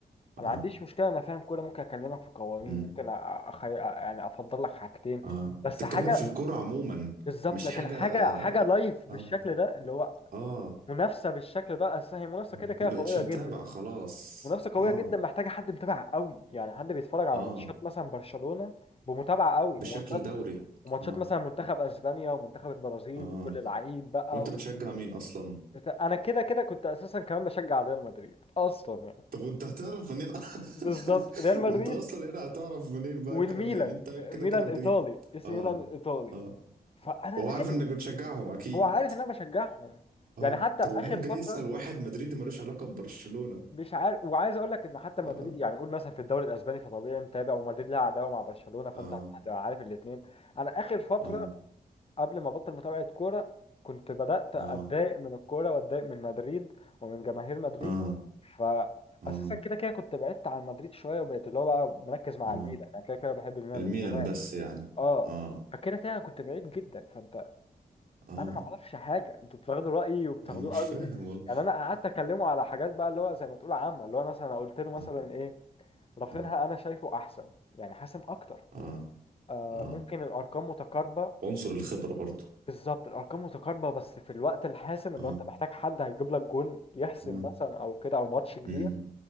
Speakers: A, on the left; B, on the right.
A: أنا
B: اه
A: ما عنديش مشكله انا فاهم كوره ممكن اكلمك في قوانين
B: مم.
A: ممكن أ- أخي... يعني افضل لك حاجتين
B: اه
A: بس
B: تتكلم
A: حاجه
B: في الكورة عموما
A: بالظبط
B: مش
A: لكن
B: حاجة
A: حاجه حاجه لايف بالشكل
B: اه
A: ده اللي هو
B: اه
A: منافسه بالشكل ده اصل هي منافسه كده
B: ما
A: كده
B: بقتش
A: قويه
B: متابع
A: جدا
B: خلاص
A: منافسه قويه
B: اه
A: جدا محتاجه حد متابع قوي يعني حد بيتفرج على
B: اه
A: ماتشات مثلا برشلونه بمتابعه قوي
B: بشكل
A: وماتشات
B: دوري
A: وماتشات
B: اه
A: مثلا منتخب اسبانيا ومنتخب البرازيل
B: اه
A: وكل العقيد بقى
B: وانت بتشجع مين اصلا
A: بت- انا كده كده كنت اساسا كمان بشجع ريال مدريد اصلا يعني
B: طب وانت هتعرف منين <laughs>
A: بالظبط ريال مدريد
B: وانت اصلا هنا هتعرف منين بقى
A: والميلان
B: الكلام ده يعني انت كده
A: ميلان
B: كده مدريدي
A: ايطالي اسم
B: اه
A: ميلان الايطالي
B: اه
A: فانا
B: وهو
A: مالي
B: عارف انك بتشجعهم اكيد
A: هو عارف ان انا بشجعهم
B: اه
A: يعني حتى
B: طب
A: اخر
B: امال
A: فتره
B: جاي يسأل واحد مدريدي ملوش علاقة ببرشلونة
A: مش عارف وعايز اقول لك ان حتى مدريد
B: اه
A: يعني قول مثلا في الدوري الاسباني فطبيعي متابع ومدريد لها عداوه مع برشلونه فانت
B: اه
A: هتبقى عارف الاثنين انا اخر فتره
B: اه
A: قبل ما ابطل متابعة كورة كنت بدأت اتضايق
B: اه
A: من الكورة واتضايق من مدريد ومن جماهير مدريد
B: اه
A: فاساسا
B: اه
A: كده كده كنت بعدت عن مدريد شوية وبقيت اللي هو بقى مركز مع
B: اه
A: الميلان انا كده كده بحب الميلان
B: الميلان
A: من زمان
B: بس يعني
A: اه
B: اه
A: فكده كده انا كنت بعيد جدا فانت
B: اه
A: انا ما اعرفش حاجه انتوا بتاخدوا رايي وبتاخدوه
B: انا مش
A: قوي
B: فاهم
A: ليه
B: والله
A: يعني انا قعدت اكلمه على حاجات بقى اللي هو زي ما تقول عامه اللي هو مثلا قلت
B: <laughs>
A: له مثلا
B: اه
A: ايه رافينها
B: اه
A: انا شايفه احسن يعني حاسم اكتر
B: اه
A: آه
B: اه
A: ممكن الارقام متقاربه
B: عنصر الخبرة برضو
A: بالظبط الارقام متقاربه بس في الوقت الحاسم اللي
B: اه
A: هو انت محتاج حد هيجيب لك جون يحسم
B: اه
A: مثلا او كده او ماتش كبير
B: امم